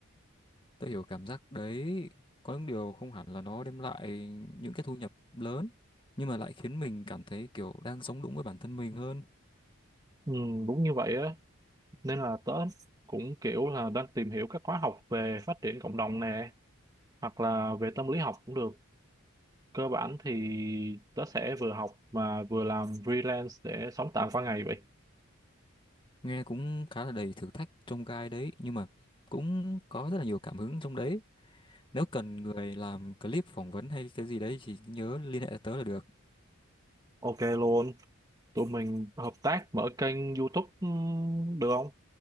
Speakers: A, on the left; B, on the right.
A: Tôi hiểu cảm giác đấy, có những điều không hẳn là nó đem lại những cái thu nhập lớn, nhưng mà lại khiến mình cảm thấy kiểu đang sống đúng với bản thân mình hơn.
B: ừ, đúng như vậy á nên là tớ cũng kiểu là đang tìm hiểu các khóa học về phát triển cộng đồng nè hoặc là về tâm lý học cũng được cơ bản thì tớ sẽ vừa học mà vừa làm freelance để sống tạm qua ngày vậy
A: Nghe cũng khá là đầy thử thách trong gai đấy, nhưng mà cũng có rất là nhiều cảm hứng trong đấy. Nếu cần người làm clip phỏng vấn hay cái gì đấy thì nhớ liên hệ tớ là được.
B: ok luôn tụi mình hợp tác mở kênh YouTube ừm, được không